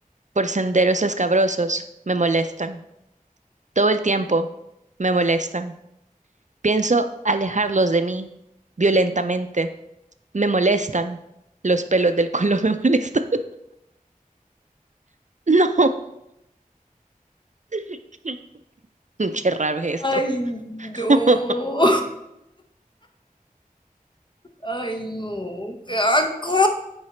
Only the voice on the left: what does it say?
Ay,
no. Ay, no. Qué asco.